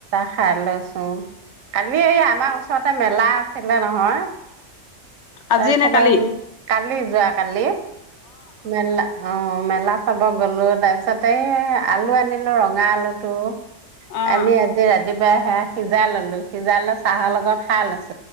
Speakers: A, on the right; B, on the left.
A: খায় লৈছো। কালি এই আমাৰ ওচৰতে মেলা আছিলে নহয়!
B: আজি
A: তাৰপিছত
B: নে কালি
A: আৰু কালি যোৱা কালি মেলা অ মেলা চাব গলো তাৰ পিছতে এই আলু আনিলো ৰঙা আলুটো।
B: অ',
A: আনি আজি ৰাতিপুৱাই সেয়া সিজাই ললো, সিজাই লয় চাহৰ লগত খাই লৈছো